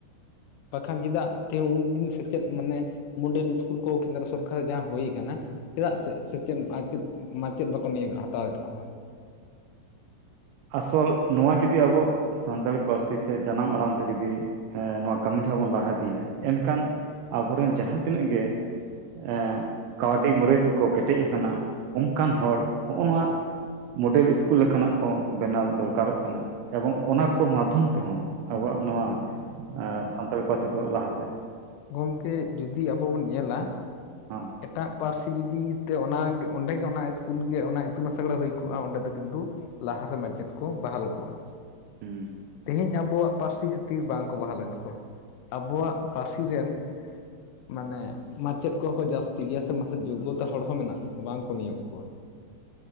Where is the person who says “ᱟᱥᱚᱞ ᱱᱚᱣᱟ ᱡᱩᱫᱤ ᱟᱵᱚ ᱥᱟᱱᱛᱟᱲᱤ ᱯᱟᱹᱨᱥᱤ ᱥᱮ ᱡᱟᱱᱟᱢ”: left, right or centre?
Right